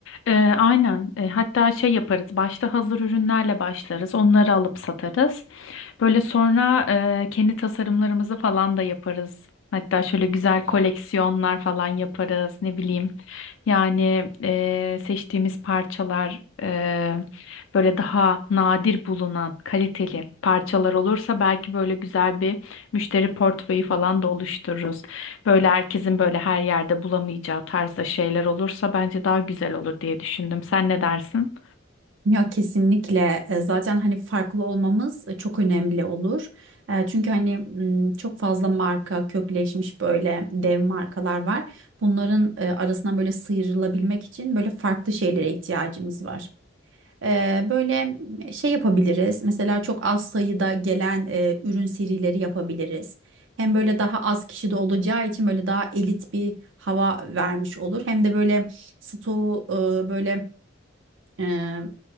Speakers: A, on the left (about 80°); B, on the right (about 75°).
A: Ee, aynen. Ee, hatta şey yaparız. Başta hazır ürünlerle başlarız. Onları alıp satarız. Böyle sonra e, kendi tasarımlarımızı falan da yaparız. Hatta şöyle güzel koleksiyonlar falan yaparız. Ne bileyim. Yani e, seçtiğimiz parçalar e, böyle daha nadir bulunan kaliteli parçalar olursa belki böyle güzel bir müşteri portföyü falan da oluştururuz. Böyle herkesin böyle her yerde bulamayacağı tarzda şeyler olursa bence daha güzel olur diye düşündüm. Sen ne dersin?
B: Ya kesinlikle E, zaten hani farklı olmamız e, çok önemli olur. E, Çünkü hani m, çok fazla marka kökleşmiş böyle dev markalar var. Bunların e, arasından böyle sıyrılabilmek için böyle farklı şeylere ihtiyacımız var. Eee, böyle şey yapabiliriz. Mesela çok az sayıda gelen eee, ürün serileri yapabiliriz. Hem böyle daha az kişi de olacağı için böyle daha elit bir hava vermiş olur. Hem de böyle stoğu eee, böyle eee